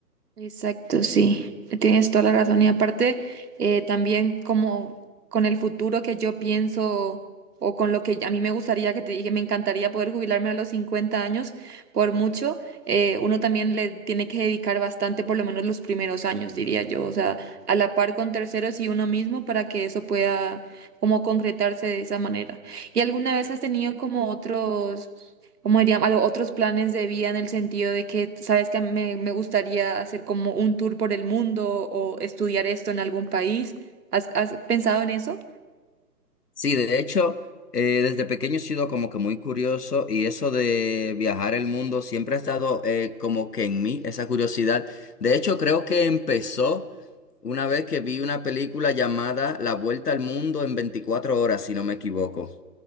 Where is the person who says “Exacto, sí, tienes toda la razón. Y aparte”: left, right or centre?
Right